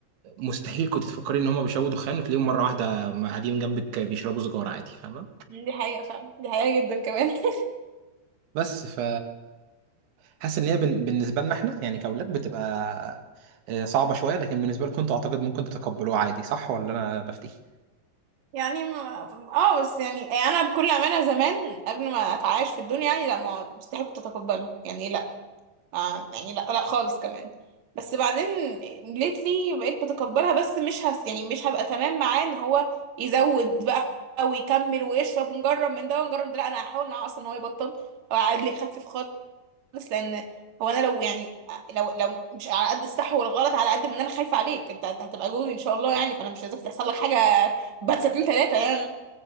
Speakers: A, on the right; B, on the right.
A: مستحيل كنت تفكري ان هم بيشربوا دخان وتلاقيهم مرة واحدة قاعدين جنبك بيشربوا سجارة عادي فاهمة
B: دي حقيقه فعلا دي حقيقه جدا كمان <laughs>
A: بس ف حاسس ان هي بن- بالنسبة لنا احنا يعني كأولاد بتبقى آه، صعبة شوية لكن بالنسبة لكم انتوا اعتقد ممكن تتقبلوها عادي صح ولا انا بفتي
B: يعني ما... اه بس يعني انا بكل امانه زمان قبل ما اتعايش في الدنيا يعني لا ما مستحيل كنت اتقبلها يعني لا آه يعني لا لا خالص كمان بس بعدين ليتلي بقيت بتقبلها بس مش هس يعني مش هبقى تمام معاه ان هو يزود بقى ويكمل ويشرب ونجرب من ده ونجرب من ده لا انا هحاول معاه اصلا ان هو يبطل او عادي يخفف خالص لان هو انا لو يعني لو لو مش على قد الصح والغلط على قد ما انا خايفه عليك انت أنت هتبقى جوي ان شاء الله يعني فانا مش عايزاك تحصل لك حاجه بعد سنتين ثلاثه يعني